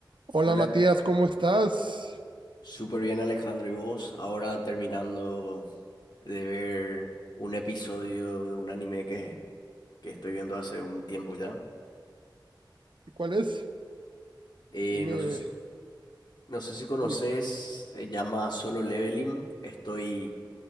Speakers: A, on the right (about 75°); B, on the left (about 60°).
A: Hola
B: Hola,
A: Matías, ¿cómo estás?
B: súper bien Alejandro, ¿y vos? Ahora terminando de ver un episodio de un anime que, que estoy viendo hace un tiempo ya.
A: ¿Y ¿Cuál es?
B: Eh,
A: Dime,
B: no sé, si- no sé si conoces,
A: dime.
B: se llama Solo Leveling. Estoy